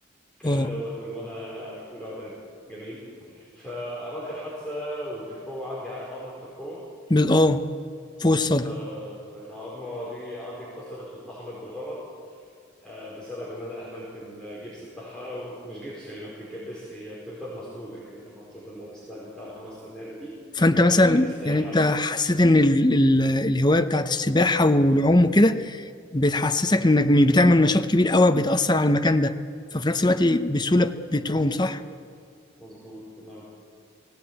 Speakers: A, in the centre; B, on the left.
A: الكلام
B: اه
A: دوت من وانا في اولى اعدادي جميل فعملت الحادثه والتركوه عندي عارف عظمه التركوه
B: ب- اه فوق الصدر
A: آه، العظمة دي عندي اتكسرت واتلحمت بالغلط آه، بسبب إن أنا أهملت الجبس بتاعها ومش جبس هي ما بتتجبسش هي بتفضل مسنودة كده اللي هو بتفضل لابس لها بتاع اللي هو السنادة دي
B: فانت
A: من غير
B: مثلا
A: ما تجبس أي
B: يعني
A: حاجة
B: انت حسيت ان ال ال الهواية بتاعت السباحة والعوم وكده بتحسسك
A: <clears throat>
B: انك م- بتعمل نشاط كبير قوي بتأثر على المكان ده ففي نفس الوقت بسهولة بتعوم
A: مظبوط
B: صح؟
A: مظبوط تمام